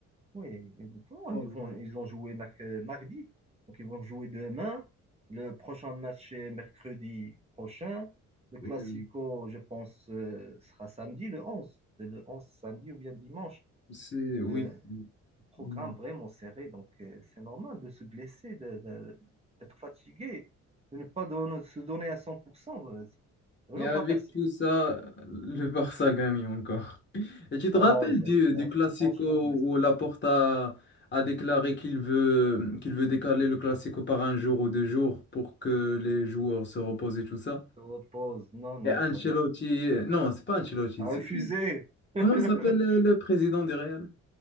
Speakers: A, on the right (about 20°); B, on the left (about 35°).
A: Oui, exactement. Ils
B: Oh,
A: vont, ils ont joué merc- euh, mardi, donc ils vont jouer demain. Le prochain match est mercredi prochain. Le Classico,
B: ouais, ouais,
A: je pense, euh, sera samedi, le 11. C'est le 11 samedi ou bien dimanche.
B: c'est... Oui.
A: Euh, programme
B: Oui.
A: vraiment serré, donc euh, c'est normal de se blesser, de- de- d'être fatigué, de ne pas don- se donner à 100%. euh, C'est vraiment
B: Et avec
A: pas facile.
B: tout ça, le Barça gagne encore. Et tu te
A: Oh,
B: rappelles
A: je
B: du,
A: l'espère.
B: du Classico
A: Franchement, je l'espère.
B: où Laporta a déclaré qu'il veut, qu'il veut décaler le Classico par un jour ou deux jours pour que les joueurs se reposent et tout ça?
A: Je repose. Non, non,
B: Et Ancelotti,
A: je savais pas.
B: euh, non, c'est pas Ancelotti,
A: À
B: c'est
A: refuser.
B: qui?
A: <laughs>
B: Comment s'appelle le, le président du Real?